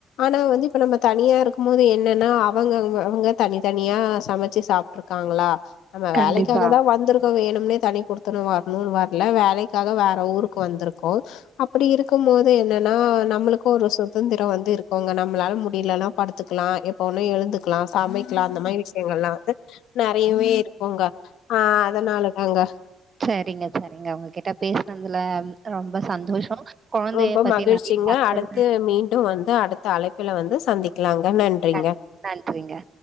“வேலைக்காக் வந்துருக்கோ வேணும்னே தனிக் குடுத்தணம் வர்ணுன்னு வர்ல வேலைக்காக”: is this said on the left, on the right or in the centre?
Left